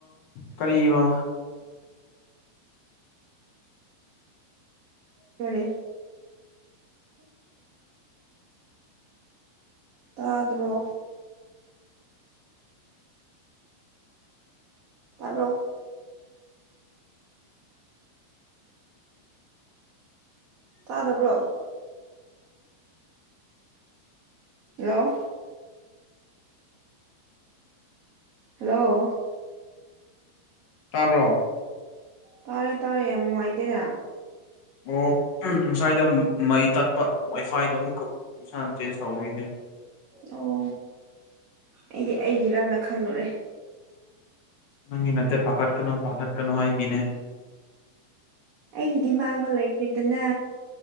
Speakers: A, on the left (about 45°); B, on the right (about 40°).
A: ꯀꯔꯤꯕ
B: ꯀꯔꯦ ꯎꯝ ꯇꯥꯗ꯭ꯔꯣ ꯇꯄ ꯇꯥꯗꯕ꯭ꯔꯣ ꯍꯜꯂꯣ ꯍꯜꯂꯣ
A: ꯇꯥꯕ꯭ꯔꯣ
B: ꯇꯥꯔꯦ ꯇꯥꯔꯦ ꯌꯥꯝ ꯅꯨꯡꯉꯥꯏꯇꯦꯗ
A: ꯑꯣ ꯉꯁꯥꯏꯗ ꯃꯩ ꯇꯠꯄ ꯋꯥꯏꯐꯥꯏꯗꯣ ꯑꯃꯈꯛ ꯃꯁꯥꯅ ꯆꯦꯟꯖ ꯇꯧꯒꯤꯅꯦ
B: ꯑꯣ ꯑꯩꯗꯤ ꯑꯩꯒꯤꯔꯥꯅ ꯈꯜꯂꯨꯔꯦ
A: ꯅꯪꯒꯤꯅꯦ ꯄꯥꯈꯥꯠ ꯀꯩꯅꯣ ꯄꯥꯈꯥꯠ ꯀꯅꯣ ꯍ ꯀꯅꯦ
B: ꯑꯩꯒꯤꯗꯤ ꯃꯥꯡꯕ ꯂꯩꯇ꯭ꯦꯗꯅ